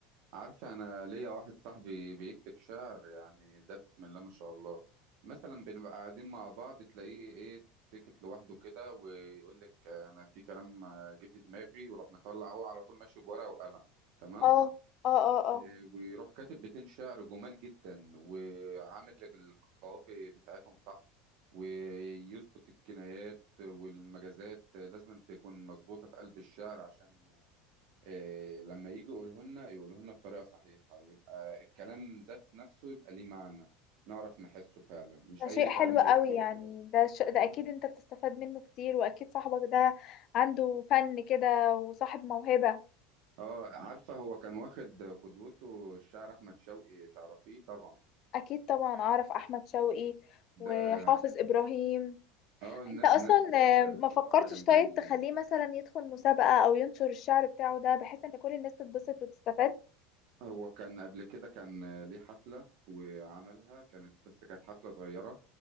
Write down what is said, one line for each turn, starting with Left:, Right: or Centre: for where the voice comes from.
Right: عارفة أنا ليا واحد صاحبي بيكتب شعر يعني ده بسم الله ما شاء الله مثلا بنبقى قاعدين مع بعض تلاقيه إيه سكت لوحده كده ويقول لك أنا في كلام جه في دماغي ويروح مطلع هو على طول ماشي بورقة وقلم تمام
Left: اه اه اه اه
Right: إيه، ويروح كاتب بيتين شعر جمال جدا وعامل القوافي بتاعتهم صح ويظبط الكنايات والمجازات لازم تكون مظبوطة في قلب الشعر عشان إيه لما يجي يقوله لنا يقوله لنا بطريقة صحيحة يبقى الكلام ذات نفسه يبقى ليه معنى نعرف نحسه فعلا مش
Left: ده
Right: أي
Left: شيء
Right: كلام
Left: حلو
Right: بيتقال
Left: قوي
Right: وخلاص
Left: يعني ده ش... ده
Right: مم.
Left: اكيد انت بتستفاد منه كتير واكيد صاحبك ده عنده فن كده وصاحب موهبة
Right: اه عارفة هو كان واخد قدوته الشاعر أحمد شوقي تعرفيه طبعا
Left: اكيد طبعا اعرف احمد شوقي
Right: ده
Left: وحافظ ابراهيم
Right: اه الن-
Left: انت
Right: الناس
Left: اصلا
Right: ديت
Left: آه، ما
Right: شعراء
Left: فكرتش
Right: جامدين
Left: طيب
Right: يعني.
Left: تخليه مثلا يدخل مسابقة او ينشر الشعر بتاعه ده بحيث ان كل الناس تتبسط وتستفاد
Right: هو كان قبل كده كان ليه حفلة وعملها كانت بس كانت حفلة صغيرة